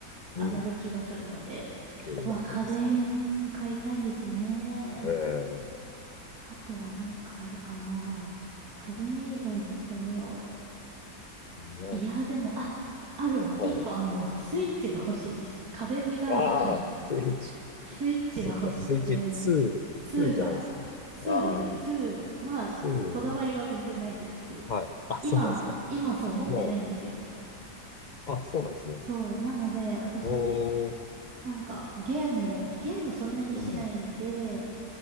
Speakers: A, on the right; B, on the left.
A: 上がる気がするので、
B: うん、給料が上がりますね。
A: うわ、家電買いたいですね。
B: ええー、
A: あとはなんかあるかな。家電以外だと、
B: の、
A: いや、でも、あ、あるわ。
B: はい。
A: 一個あの、スイッチが欲しいです。家電になるのかな。
B: ああ、スイッチ。
A: <laughs> スイッチが欲しくて、
B: そっか、スイッチ2、
A: 2が、
B: ツーじゃないですか。
A: 2で、
B: ああ、
A: 2、まあ、
B: ツー
A: こだわりは全然ないんですけど、
B: はい。あ、
A: 今、
B: そうなんですか。
A: 今そう思ってないんですよ。
B: もうあ、そうなんですね。
A: そう。なので、私、
B: おー、
A: なんか、ゲームを、ゲームそんなにしないので、
B: うん。